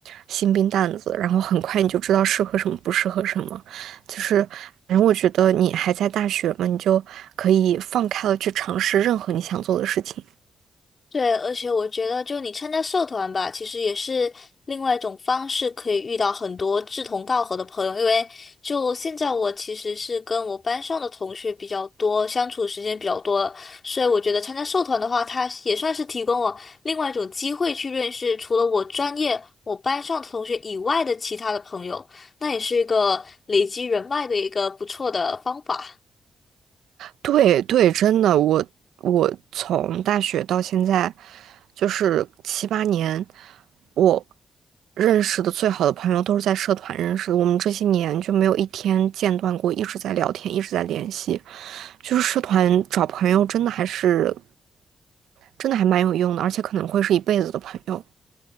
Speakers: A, on the right; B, on the left.
A: 新兵蛋子，然后很快你就知道适合什么，不适合什么。就是，反正我觉得你还在大学嘛，你就可以放开了去尝试任何你想做的事情。
B: 对，而且我觉得，就你参加社团吧，其实也是另外一种方式，可以遇到很多志同道合的朋友。因为就现在我其实是跟我班上的同学比较多，相处时间比较多了所以我觉得参加社团的话，它也算是提供我另外一种机会去认识除了我专业、我班上同学以外的其他的朋友，那也是一个累积人脉的一个不错的方法。
A: 对对，真的，我我从大学到现在，就是七八年，我认识的最好的朋友都是在社团认识的，我们这些年就没有一天间断过，一直在聊天，一直在联系。就是社团找朋友，真的还是，真的还蛮有用的，而且可能会是一辈子的朋友。